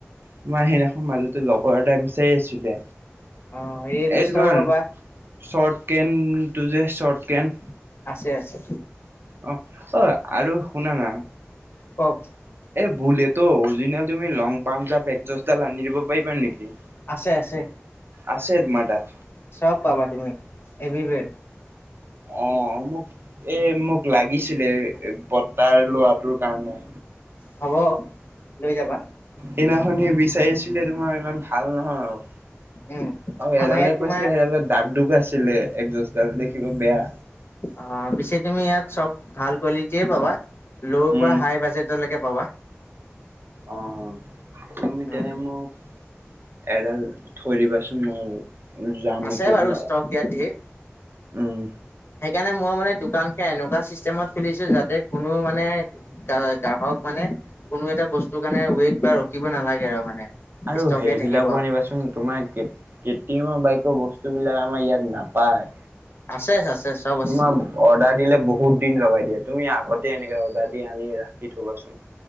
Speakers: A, on the right; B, on the left.
A: তোমাৰ সেইদিনাখ মাজতে লগৰ এটা বিচাৰি আছিলে।
B: অ ৰিয়েল দুষ্টাও
A: এই তোমাৰ
B: পাবা
A: চৰ্ট কেনটো যে চৰ্ট কেন
B: আছে, আছে।
A: অ', অ', আৰু শুনা না।
B: কওক
A: এ, বোলে তো, অৰিজিনেল তুমি লং পাম পেকজছডাল আনি দিব পাৰিবা নেকি।
B: আছে, আছে
A: আছে তোমাৰ তাত
B: চব পাবা। তুমি এবি ব <inaudible>
A: অ, মোক এ, মোক লাগিছিলে। তাৰ লোৱাটোৰ কাৰণে।
B: হব, লৈ যাবা।
A: সেইনাখন বিচাৰি আছিলে তোমাৰ ইমান ভাল নহয় আৰু।
B: উম
A: আৰু
B: আমাৰ
A: এডালে
B: ইয়াত তোমাৰ
A: পাইছে সেইডালত দাক, দুক আছিলে একযোজডাল দেখিব বেয়া।
B: অ, পিছে তুমি ইয়াত চব ভাল কোৱালিটিয়ে পাবা। ল'
A: উম
B: পৰা, হাই বাজেটলৈকে পাবা।
A: অ, ত, মিটান
B: উম
A: মোক এডাল থৈ দিবাচোন ম যামেই
B: আছে
A: কেইদিন
B: বাৰু ষ্টক ইয়াত ধেৰ
A: উম।
B: সেইকাৰণে মই মানে দোকান খে, এনেকুৱা চিষ্টেমত খুলিছো যাতে কোনো মানে গাহক মানে কোনো এটা বস্তু কাৰণে ৱেইট বা ৰখিব নালাগে আৰু মানে।
A: আৰু
B: ষ্টকে
A: সেইবিলাকো
B: থাকিব
A: আনিবাচোন তোমাৰমৰ ব, বস্তু বিলাক আমাৰ ইয়াত নাপায়।
B: আছে আছে চব আছে
A: তোমাৰ অৰ্ডাৰ দিলে বহুত দিন লগাই দিয়া তুমি আগতে এনেকে অৰ্ডাৰ আনি ৰাখি থবাচোন।